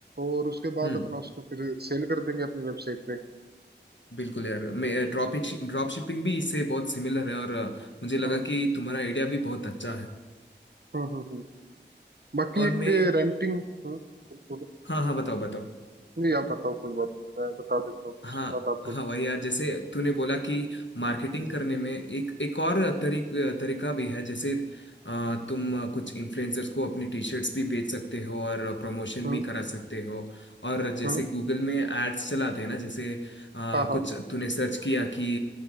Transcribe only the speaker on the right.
और उसके बाद
अपना उसको फिर सेल कर देंगे अपनी वेबसाइट पे
हम्म
हम्म हम्म हम्म। बाकी
एक
रेंटिंग बोलो बोलो।
नहीं आप बताओ कोई बात मैं बता देता हूँ फिर
उसके बाद आप बोलो
हम्म
हाँ
हाँ हाँ